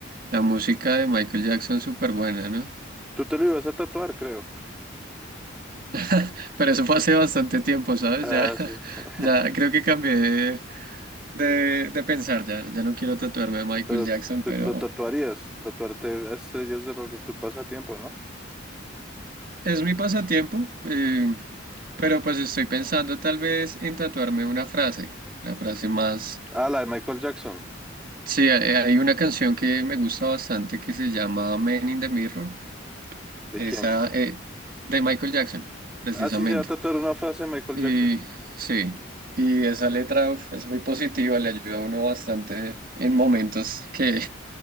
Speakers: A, on the right; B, in the centre.
A: la música de Michael Jackson súper buena, ¿no?
B: Tú te lo ibas a tatuar, creo.
A: <laughs> Pero eso fue hace bastante tiempo, ¿sabes?
B: Ah,
A: Ya,
B: sí.
A: <laughs>
B: <laughs>
A: ya creo que cambié de, de, de pensar, ya, ya no quiero tatuarme de Michael
B: Pero
A: Jackson,
B: te,
A: pero...
B: lo tatuarías. Tatuarte a estrellas de rock es tu pasatiempo, ¿no?
A: Es mi pasatiempo, eh, pero pues estoy pensando tal vez en tatuarme una frase, una frase más...
B: Ah, la de Michael Jackson.
A: Sí, hay hay una canción que me gusta bastante que se llama Man in the Mirror,
B: ¿De
A: esa
B: quién?
A: eh, de Michael Jackson, precisamente.
B: Así se va a tratar una frase de Michael
A: Y
B: Jackson.
A: sí, y esa letra uf, es muy positiva, le ayuda a uno bastante en momentos que,